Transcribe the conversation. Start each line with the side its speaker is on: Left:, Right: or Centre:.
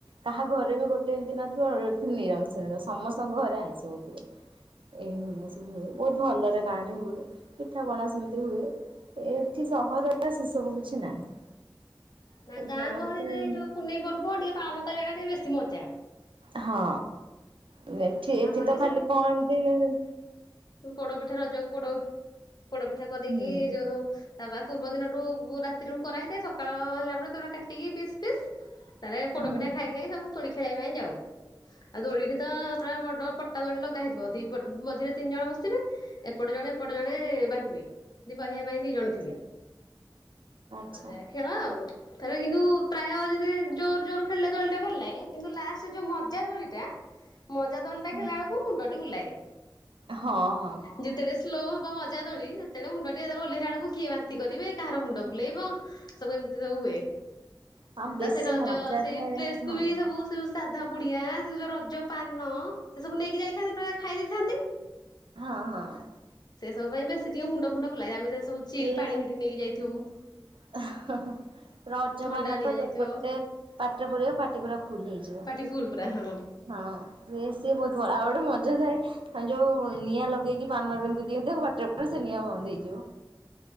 Right: କାହା ଘରେ ବି ଗୋଟେ ଏମିତି ନଥିବ ନିରାମିଷର ସମସ୍ତଙ୍କ ଘରେ ଆଇଁଷ ହଉଥିବ। ଏଇଭଳିଆ ସବୁ ହୁଏ ବୋହୁତ ଭଲରେ ଗାଁ ରେ ହୁଏ। ଠା ବଣା ସେମିତି ହୁଏ ଏ ଏଠି ସହରରେ ସେ ସବୁ କିଛି ନାହିଁ।
Left: ନା ଗାଁ
Right: ଗାଁରେ
Left: ଗହଳିରେ
Right: ତ
Left: ଯୋଉ ପୁନେଇ ପର୍ବ ଟିକେ ପାଳନ କରିବା ଟା ଟିକେ ବେଶୀ ମଜା।
Right: ହଁ ତୁ ଏଠି ଏଠି
Left: ଆମର
Right: ତ
Left: ବି
Right: ଖାଲି କଣ ଏମିତି
Left: ପୋଡ଼ପିଠା ରଜକୁ ପୋଡ଼ ପୋଡ଼ ପିଠା କରିକି
Right: ହୁଁ
Left: ଯୋଉ ତା ବା ପୂର୍ବ ଦିନଠୁ ରାତିଠୁ କରାହେଇଥାଏ ସକାଳ ହେଲା ପରେ ତାପରେ କାଟିକି ପିସ୍ ପିସ୍ ତାରେ ପୋଡ଼ାପିଠା
Right: ହୁଁ
Left: ଖାଇ ଖାଇ ସବୁ ଦୋଳି ଖେଳିବା ପାଇଁ ଯାଉ ଆଉ ଦୋଳିରେ ତ ପୁରା ବଡ ପଟା ଦୋଳି ଲଗା ହେଇଥିବ ଦି ପଟ ମଝିରେ ତିନି ଜଣ ବସିବେ। ଏପଟେ ଜଣେ ଏପଟେ ଜଣେ ବାହିବେ। ଦି ବାହିବା ପାଇଁ ଦି ଜଣ
Right: ଆଚ୍ଛା
Left: ଥିବେ
Right: ଆଚ୍ଛା
Left: ଆ ଏରା ଖେଳ ଆଉ। ତାରେ କିନ୍ତୁ ପ୍ରାୟ ଯଦି ଜୋର ଜୋର ଖେଳିଲେ ଦୋଳିଟା ଭଲ ଲାଗେ କିନ୍ତୁ ଲାଷ୍ଟ ଯୋଉ ମଜା ଦୋଳିଟା ମଜା ଦୋଳିଟା
Right: ହୁଁ
Left: ଖେଳିଲା ବେଳକୁ ମୁଣ୍ଡଟି ବୁଲାଏ।
Right: ହଁ ହଁ।
Left: ଯେତେବେଳେ ସ୍ଲୋ ହବ ମଜା ଦୋଳି ସେତେବେଳେ ମୁଣ୍ଡ ଟିକେ ଧର ଓହ୍ଲେଇଲା ବେଳକୁ କିଏ ବାନ୍ତି କରିବେ କାହାର ମୁଣ୍ଡ ବୁଲେଇବ। ସବୁ ଏମିତି ସବୁ ହୁଏ
Right: ହଁ ବେଶୀ
Left: ତା ସେ ରଜ
Right: ମଜା
Left: ସେଇ
Right: ଥାଏ
Left: ପ୍ଲେସ
Right: ହଁ
Left: କୁ ବି ସବୁ ଶୁ ସାଧା ପୁଡ଼ିଆ ସେ ଯୋଉ ରଜ ପାନ ସେ ସବୁ ନେଇକି ଯାଇଥାନ୍ତି <unintelligible> ଖାଇ ଦେଇଥାନ୍ତି।
Right: ହଁ ହଁ।
Left: ସେ ସବୁ ପାଇଁ ବେଶୀ ଟିକିଏ ମୁଣ୍ଡ ଫୁଣ୍ଡ ବୁଲାଏ ଆମେ ସବୁ
Right: ସିଏ
Left: ଚିଲ ପାଣି ସେଠି ନେଇକି ଯାଇଥିବୁ।
Right: <unintelligible> ରଜପାନ
Left: ଥଣ୍ଡା ନିଆଯାଇଥିବ
Right: ତ ସେପଟେ ପାଟିରେ ପୁରେଇବୁ ପାଟି ପୁରା ଫୁଲ ହେଇଯିବ।
Left: ପାଟି ଫୁଲ୍ ପୁରା ହଁ।
Right: ହଁ ସେ ସିଏ ବୋହୁତ ଭଲ ଆଉ ଗୋଟେ ମଜା ଥାଏ ଯୋଉ ନିଆଁ ଲଗେଇକି ପାନରେ ଏମିତି ଦିଅନ୍ତି ଆଉ ପାଟିରେ ପୁରେଇବ ସେ ନିଆଁ ବନ୍ଦ ହେଇଯିବ।